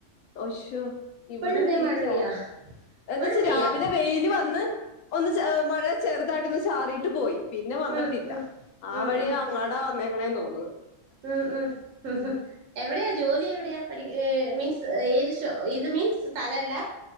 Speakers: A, on the left; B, on the right.
A: അശ്ശോ
B: ഇപ്പഴും
A: ഇവിട വെയിലാ.
B: ദേ മഴ പെയ്യാ ഇപ്പഴും
A: എന്ന്ച്ച്
B: പെയ്യാ
A: രാവിലെ വെയില് വന്ന് ഒന്ന് ചെ ഏഹ് മഴ ചെറുതായിട്ടൊന്ന് ചാറിയിട്ട് പോയി. പിന്നെ വന്നിട്ടില്ല.
B: ഉം ഉം
A: ആ
B: ഉം
A: വഴി
B: ഉം
A: അങ്ങാടാ വന്നേക്കണേന്ന് തോന്ന്ണ്.
B: ഉം, ഉം, ഹ് മ് എവിടെയാ ജോലി എവിടെയാ.? പഠിക്ക മീൻസ് ഏത് ഷോ ഇത് മീൻസ് സ്ഥലല്ല.